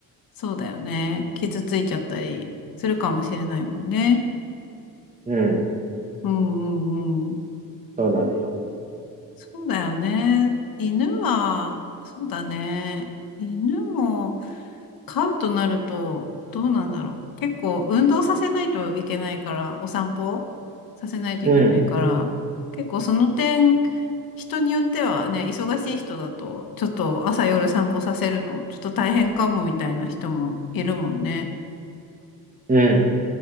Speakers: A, on the left; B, on the right.
A: そうだよね。傷ついちゃったりするかもしれないもんね。
B: うん、
A: うんうんうん。
B: そうなのよ。
A: そうだよね。犬は、そうだね。犬も飼うとなると、どうなんだろう。結構運動させないといけないから、お散歩させないといけないから、
B: うん、
A: 結構その点、人によってはね、忙しい人だと、ちょっと朝夜散歩させるの、ちょっと大変かもみたいな人もいるもんね。
B: うん、